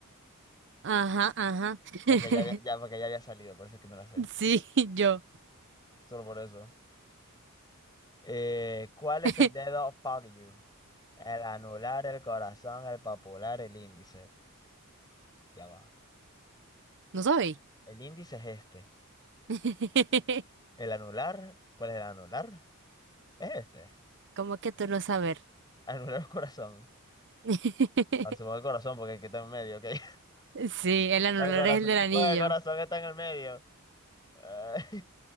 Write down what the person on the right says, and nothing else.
Ajá, ajá. <laughs>
Sí, yo.
<laughs>
¿No sabéis?
<laughs>
¿Cómo que tú no saber?
<laughs>
Sí, el anular
es el del anillo.